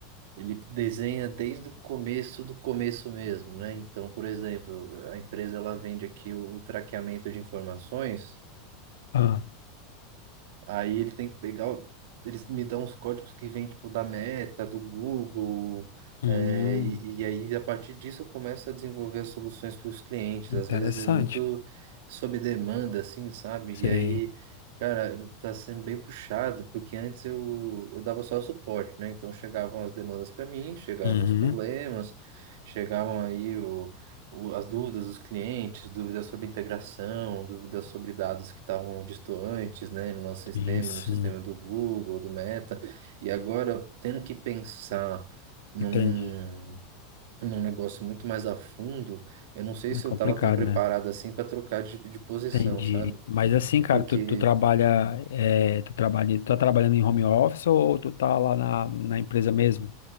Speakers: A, on the right (about 60°); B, on the left (about 75°).
A: ele desenha desde o começo do começo mesmo, né? Então, por exemplo, a empresa, ela vende aqui o, o traqueamento de informações
B: Ah.
A: Aí ele tem que pegar. o- Eles me dão os códigos que vêm, tipo, da Meta, do Google.
B: Hum.
A: é, e, e aí, a partir disso, eu começo a desenvolver as soluções para os clientes.
B: Interessante.
A: Às vezes é muito sob demanda, assim, sabe?
B: Sei.
A: E aí, cara, tá sendo bem puxado, porque antes eu, eu dava só suporte, né? Então chegavam as demandas para mim, chegavam
B: Uhum.
A: os problemas, chegavam aí o- as dúvidas dos clientes, dúvidas sobre integração, dúvidas sobre dados que estavam distantes, né, no nosso sistema,
B: Sim, sim.
A: no sistema do Google, do Meta, e agora tendo que pensar num,
B: Entendi.
A: num negócio muito mais a fundo, eu não sei
B: É
A: se
B: complicado,
A: eu estava tão preparado
B: né?
A: assim para trocar de, de posição,
B: Entendi.
A: sabe?
B: Mas assim,
A: É
B: cara,
A: Porque
B: tu, tu trabalha, é, tu trabalha, tu tá trabalhando em home office ou tu tá lá na, na empresa mesmo?